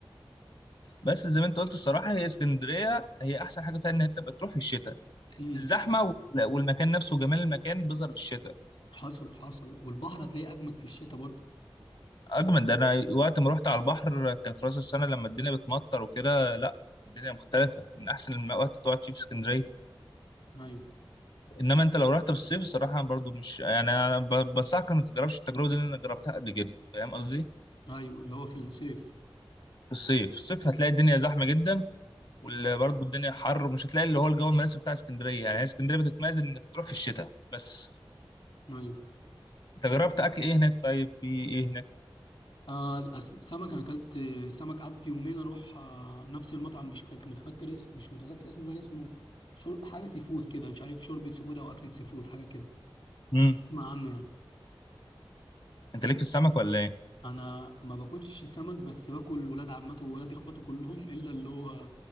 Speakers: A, on the left (about 60°); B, on the left (about 75°).
A: بس زي ما انت قلت الصراحة هي اسكندرية هي احسن حاجة فيها ان انت بتروح في الشتاء
B: امم
A: الزحمة وال- والمكان نفسه جمال المكان بيظهر في الشتاء
B: حصل حصل والبحر هتلاقيه اجمد في الشتاء برضه
A: اجمل ده انا وقت ما رحت على البحر كان في راس السنه لما الدنيا بتمطر وكده لا الدنيا مختلفه من احسن الوقت تقعد فيه في اسكندريه
B: ايوه
A: انما انت لو رحت في الصيف الصراحه أنا برضو مش يعني انا ب- بنصحك إنك ما تجربش التجربه دي اللي انا جربتها قبل كده فاهم قصدي
B: ايوه اللي هو في الصيف
A: في الصيف في الصيف هتلاقي الدنيا زحمه جدا وبرضه الدنيا حر ومش هتلاقي اللي هو الجو المناسب بتاع اسكندريه يعني هي اسكندريه بتتميز انك تروح في الشتاء بس
B: ايوه
A: انت جربت اكل ايه هناك طيب في ايه هناك
B: آه الأس... سمك انا اكلت سمك قعدت يومين اروح آه نفس المطعم مش كنت متفكر اسم مش متذكر اسمه بقى اسمه شر... حاجه سي فود كده مش عارف شوربه سي فود او اكله سي فود حاجه كده
A: امم
B: اسمع عنه يعني
A: انت ليك في السمك ولا ايه
B: انا ما باكلش سمك بس باكل ولاد عمته وولاد اخواته كلهم الا اللي هو